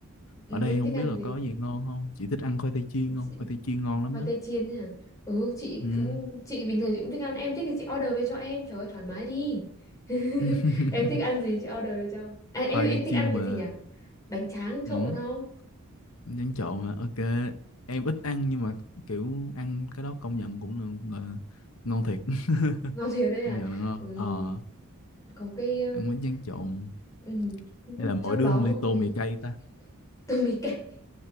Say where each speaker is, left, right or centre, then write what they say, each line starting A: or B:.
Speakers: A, on the left; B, on the left.
A: ừ
B: ở đây
A: em
B: không
A: thích ăn
B: biết là
A: gì
B: có gì ngon không chị thích ăn khoai tây chiên không
A: chị
B: khoai tây chiên ngon lắm
A: khoai
B: á
A: tây chiên nhỉ ừ chị
B: Ừm.
A: cũng chị bình thường chị cũng thích ăn em thích thì chị order về cho em trời ơi thoải mái đi <laughs>
B: <laughs>
A: em thích ăn gì chị order về cho à, em
B: khoai
A: em
B: tây
A: thích
B: chiên
A: ăn cái
B: mà
A: gì nhỉ bánh tráng trộn
B: Ừm,
A: không
B: nhắn trộn mà ok em ít ăn nhưng mà kiểu ăn cái đó công nhận cũng là, gọi là ngon thiệt <laughs>
A: ngon thiệt đấy
B: công
A: à
B: nhận là ngon
A: Ừm,
B: ờ
A: có cái ừm,
B: ăn bánh tráng trộn
A: ừm,
B: hay là mỗi
A: trong
B: đứa
A: đó
B: một ly tô
A: ấy,
B: mì cay
A: <laughs>
B: ta
A: tôi mì cay